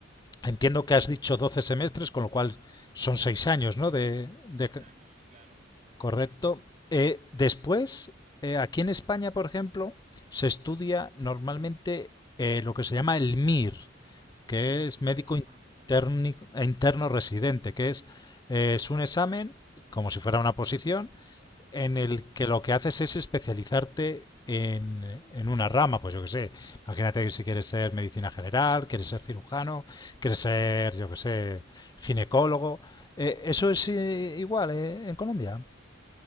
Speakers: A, on the left (about 20°); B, on the right (about 40°).
A: entiendo que has dicho 12 semestres, con lo cual son 6 años, ¿no? De,
B: con
A: de
B: seis años, sí, claro.
A: Correcto. Eh, después, eh, aquí en España, por ejemplo, se estudia normalmente eh, lo que se llama el MIR, que es médico
B: Ajá.
A: interni- interno residente, que es, eh, es un examen, como si fuera una posición, en el
B: Ujú.
A: que lo que haces es especializarte en, en una rama, pues yo que sé, imagínate que si quieres ser medicina general, quieres ser cirujano, quieres ser, yo que sé, ginecólogo. Eh, ¿eso es eh, igual eh, en Colombia?